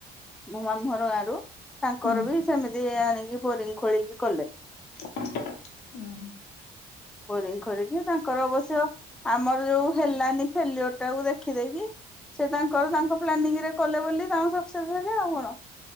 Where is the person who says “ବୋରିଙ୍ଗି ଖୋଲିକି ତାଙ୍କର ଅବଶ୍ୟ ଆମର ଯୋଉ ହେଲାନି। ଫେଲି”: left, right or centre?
Centre